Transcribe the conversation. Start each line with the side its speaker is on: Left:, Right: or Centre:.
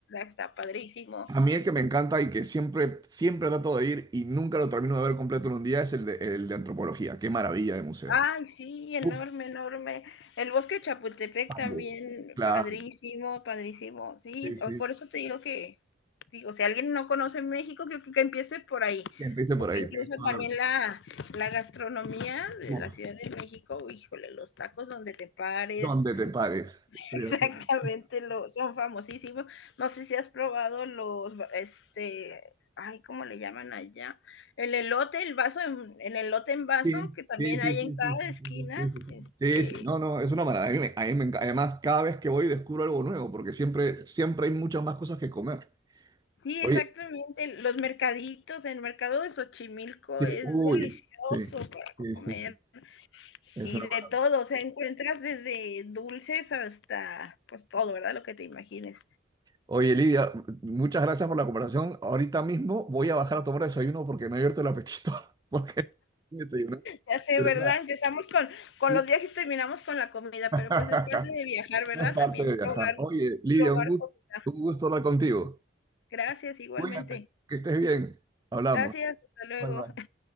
Left: está padrísimo.
Right: A mí el que me encanta y que siempre, siempre trato de ir y nunca lo termino de ver completo en un día es el de, el de antropología. Qué maravilla de museo.
Left: Ay, sí, enorme,
Right: Uf,
Left: enorme. El bosque de Chapultepec
Right: también.
Left: también,
Right: Claro,
Left: padrísimo, padrísimo. Sí,
Right: sí, sí.
Left: o- por eso te digo que, sí, o sea alguien no conoce México, que, que empiece por ahí,
Right: Que empiece por
Left: porque
Right: ahí,
Left: incluso
Right: tienes toda
Left: también
Right: la razón.
Left: la, la gastronomía de
Right: Uf,
Left: la Ciudad de México, híjole, los tacos donde te pares,
Right: ¿dónde te pares? Estoy
Left: Exactamente,
Right: de acuerdo.
Left: lo, son famosísimos. No sé si has probado los, este, ay, ¿cómo le llaman allá? El elote, el vaso, en, el elote en vaso,
Right: Sí,
Left: que también
Right: sí, sí,
Left: hay
Right: sí,
Left: en cada
Right: sí, sí,
Left: esquina.
Right: sí, sí, sí, sí, sí,
Left: Este,
Right: sí, sí, no, no, es una maravilla. A mí me- a mí me enca- además, cada vez que voy descubro algo nuevo, porque siempre, siempre hay muchas más cosas que comer.
Left: sí,
Right: Oye,
Left: exactamente, los mercaditos, el mercado de Xochimilco
Right: sí,
Left: es
Right: uy,
Left: delicioso
Right: sí,
Left: para
Right: sí,
Left: comer
Right: sí, sí, es
Left: y
Right: una
Left: de
Right: maravilla.
Left: todo, o sea, encuentras desde dulces hasta, pues todo, ¿verdad? Lo que te imagines.
Right: Oye, Lidia, muchas gracias por la conversación. Ahorita mismo voy a bajar a tomar desayuno porque me ha abierto el apetito, <laughs> porque me desayuné,
Left: Ya sé,
Right: pero
Left: ¿verdad?
Right: nada,
Left: Empezamos con, con
Right: sí.
Left: los viajes y terminamos con la comida,
Right: <laughs>
Left: pero pues es parte de viajar, ¿verdad?
Right: Es parte
Left: También
Right: de
Left: probar,
Right: viajar. Oye, Lidia,
Left: probar
Right: un gusto,
Left: comida.
Right: un gusto hablar contigo.
Left: Gracias, igualmente.
Right: Cuídate, que estés bien. Hablamos.
Left: Gracias, hasta luego.
Right: Bye, bye.